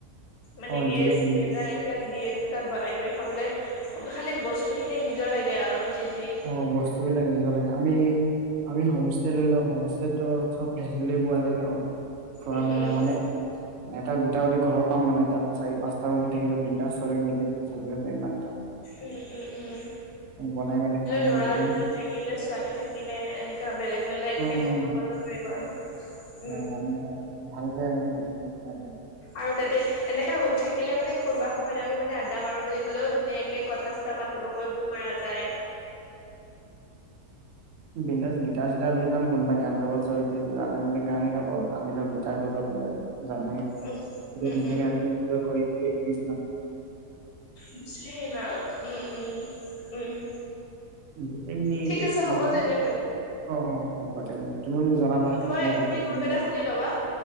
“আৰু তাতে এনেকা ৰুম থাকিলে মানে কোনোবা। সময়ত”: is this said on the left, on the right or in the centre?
Left